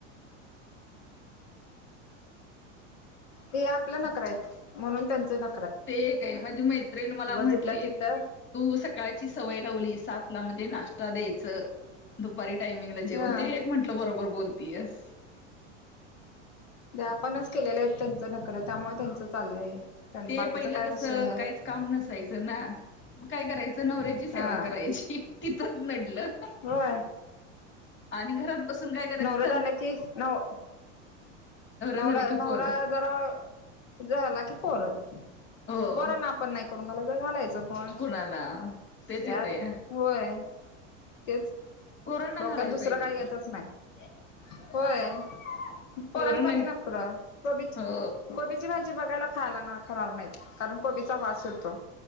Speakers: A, on the left; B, on the left.
A: ते आपलं नकरा आहेत म्हणून त्यांचा न
B: ते काय माझी मैत्रिणी मला म्हंटली
A: जिथल्या तिथं
B: तू सकाळची सवय लावली सात ला म्हणजे नाश्ता द्यायच दुपारी टायमिंगला जेवण
A: हा
B: ते एक म्हटलं बरोबर बोल पी एस
A: द आपणच केलेलं आहेत त्यांचा नकरा त्यामुळे त्यांचा चाललंय. पण
B: ते
A: बाकीचा
B: पहिलं
A: काय
B: कसं
A: विषय आहे
B: काहीच काम नसायचं ना मग काय कराय चं नवऱ्याची सेवा
A: हा
B: करायची तिथच नडलं
A: होय
B: आणि घरात बसून काय करायचं
A: नवरा
B: चल
A: झाला की नव नवरा
B: झाला की
A: नवरा
B: पोर
A: जरा झाला की प मग
B: हो
A: बरं ना आपण नाही करून घालाय घालायचं. पण
B: कुणाला तेच
A: त्यात
B: येतय
A: होय तेच
B: पोरांना
A: डोक्यात
B: घालाय
A: दुसरं
B: पाहिजे
A: काही
B: की
A: येतच नाही होय. पोरांचा
B: पोरांना
A: आणि नकरा कोबीची
B: हो
A: कोबीची भाजी बघायला खायला ना खरार नाहीत कारण कोबीचा वास येतो.